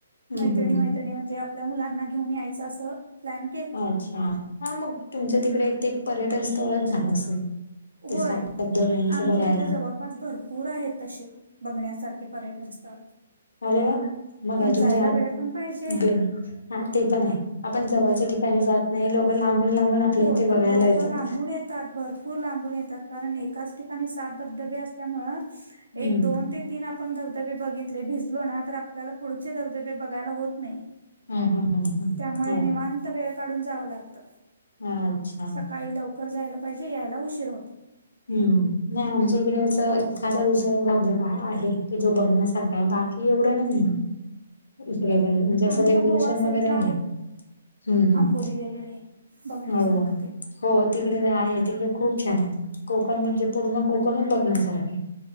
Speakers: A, on the left; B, on the right.
A: हम्म
B: मैत्रिणी
A: हम्म
B: मैत्रिणी म्हणजे मुलांना घेऊन यायच अस प्लान
A: अच्छा हा मग तुमच्या तिकडे पर्यटन स्थळच झालं असेल
B: होय
A: त्या दोघंच
B: आमच्या
A: बघायला.
B: इथं जवळपास भरपूर आहेत तसे बघण्यासारखे पर्यटन स्थळ
A: अरे मग
B: पण
A: का तुमची
B: जायला
A: आठ
B: वेळ पण पाहिजे
A: हा ते पण आहे आपण जवळच्या ठिकाणी जात नाही लोक लांबून लांबून आपल्या
B: होय
A: इथे बघायला
B: लोक
A: येतात.
B: लांबून येतात भरपूर लांबून येतात कारण एकाच ठिकाणी सात धबधबे असल्यामुळे
A: हम्म
B: एक दोन ते तीन आपण धबधबे बघितले भिजलो ना तर आपल्याला पुढचे धबधबे बघायला होत नाही.
A: हम् हम् हम् हम्
B: त्यामुळे निवांत वेळ काढून जावं लागतं.
A: ह अच्छा
B: सकाळी लवकर जायला पाहिजे यायला उशीर होत.
A: हम्म नाही आमच्या इकडे अस एखादा दुसरा धबधबा आहे कि जो बघण्यासारखा का बाकी एवढं नाही इकडे काही म्हणजे असं
B: आणि
A: देवदर्शन
B: मग गोवा साईडला
A: वगैरे आहे. हम्म
B: आंबोली वगैरे बघण्यासारखं
A: हम् हो
B: ते पण
A: हो तिकडे आहे तिकडे खूप छान आहेत कोकण म्हणजे पूर्ण कोकणच बघण्यासारखे